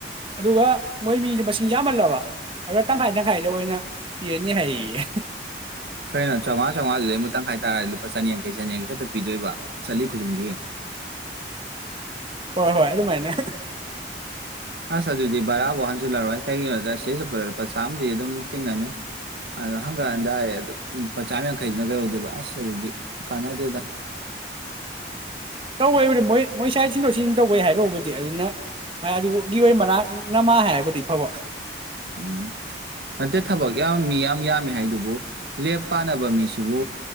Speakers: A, on the right; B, on the right.
A: ꯑꯗꯨꯒ ꯃꯣꯏ ꯃꯤꯗꯨ ꯃꯁꯤꯡ ꯌꯥꯝꯃꯜꯂꯕ ꯑꯗꯨꯗ ꯇꯪꯈꯥꯏ ꯇꯪꯈꯥꯏꯗ ꯑꯣꯏꯅ ꯄꯤꯔꯅꯤ ꯍꯥꯏꯌꯦꯌꯦ
B: ꯀꯩꯅꯣ ꯆꯥꯃꯉꯥ ꯆꯥꯝꯉꯥꯗ ꯑꯃꯨ ꯇꯪꯈꯥꯏ ꯇꯥꯔꯗꯤ ꯂꯨꯄꯥ ꯆꯅꯤꯌꯥꯡꯈꯩ ꯆꯅꯤꯌꯥꯡꯈꯩ ꯈꯛꯇ ꯄꯤꯗꯣꯏꯕ ꯆꯂꯤ ꯈꯨꯗꯤꯡꯒꯤ
A: ꯍꯣꯏ ꯍꯣꯏ ꯑꯗꯨꯃꯥꯏꯅ
B: ꯑꯁ ꯑꯗꯨꯗꯤ ꯕꯔꯥꯕꯧ ꯍꯟꯖꯤꯜꯂꯛꯔꯣꯏ ꯀꯩꯒꯤꯅꯣꯗ ꯁꯤꯗꯩ ꯆꯠꯄꯥ ꯂꯨꯄꯥ ꯆꯥꯝꯃꯗꯤ ꯑꯗꯨꯝ ꯇꯤꯡꯉꯅꯤ ꯑ ꯍꯪꯒꯠ
A: ꯎꯝ
B: ꯍꯟꯗꯥ ꯑꯦ ꯑꯗꯨ ꯂꯨꯄꯥ ꯆꯥꯝ ꯌꯥꯡꯈꯩꯗꯨꯅ ꯀꯩꯍꯧꯗꯦꯕ ꯑꯁ ꯑꯗꯨꯗꯤ ꯀꯥꯟꯅꯗꯦꯗ
A: ꯇꯧꯋꯦ ꯕꯅꯤ ꯃꯣꯏ ꯃꯣꯏ ꯁꯥꯏꯗ ꯁꯤꯟꯗꯣꯛ ꯁꯤꯟ ꯇꯧꯕꯩ ꯍꯥꯏꯔꫭꯕꯨꯗꯤ ꯑꯗꯨꯅ <unintelligible> ꯃꯅꯥꯛ ꯅꯃꯥ ꯍꯥꯏꯔꯕꯨꯗꯤ ꯐꯕ꯫
B: ꯎꯝ ꯅꯠꯇꯦ ꯊꯕꯛ ꯌꯥꯝ ꯃꯤ ꯌꯥꯝ ꯌꯥꯝꯃꯤ ꯍꯥꯏꯗꯨꯕꯨ ꯂꯦꯕꯄꯥꯟꯅꯕ ꯃꯤꯁꯤꯕꯨ